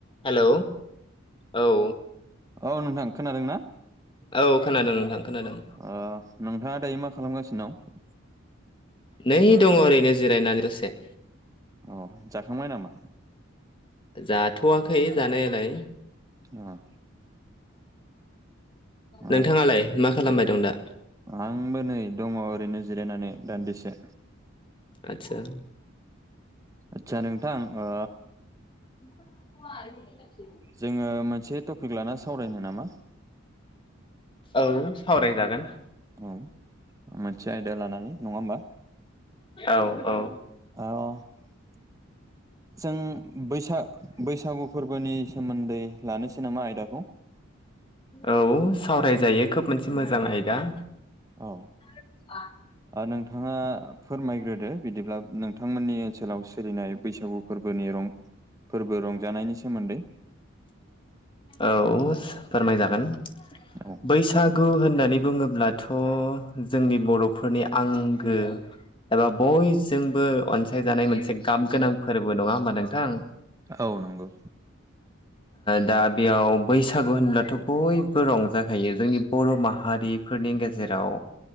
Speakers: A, on the left; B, on the right.
A: हेल' औ
B: औ नोंथां खोनादों ना?
A: औ खोनादों नोंथां खोनादों।
B: ओ-नोंथाङा दायो मा खालामगासिनो दं।
A: नै दङ ओरैनो जिरायनानै दसे।
B: अ जाखांबाय नामा?
A: जाथ'वाखै जानायालाय
B: अ' ओ
A: नोंथाङालाय मा खालामबाय दं दा
B: आंबो नै दङ ओरैनो जिरायनानै दान्दिसे।
A: आतसा
B: आदसा नोंथां ओ
A: <unintelligible> <inaudible>
B: जोङो मोनसे टपिक लाना सावरायनो नामा?
A: औ सावरायजागोन
B: औ मोनसे आयदा लानानै नङा होमबा
A: औ औ
B: ओ- जों बैसा- बैसागु फोरबोनि सोमोन्दै लानोसै नामा आयदाखौ?
A: औ सावरायजायो खोब मोनसे मोजां आयदा
B: औ।
A: <unintelligible> <inaudible>
B: ओ-नोंथाङा फोरमायग्रोदो बिदिब्ला नोंथांमोननि ओनसोलाव सोलिनाय बैसागु फोरबोनि फोरबो रंजानायनि सोमोन्दै
A: औ फोरमाय जागोन
B: औ
A: बैसाग गु होननानै बुङोब्लाथ' जोंनि बर'फोरनि आंगो एबा बयजोंबो अनसायजानाय मोनसे गाब गोनां फोरबो नङा होमबा नोंथां?
B: औ नंगौ।
A: दा बेयाव बैसागु होनब्लाथ' बयबो रंजाखायो जोंनि बर' माहारिफोरनि गेजेराव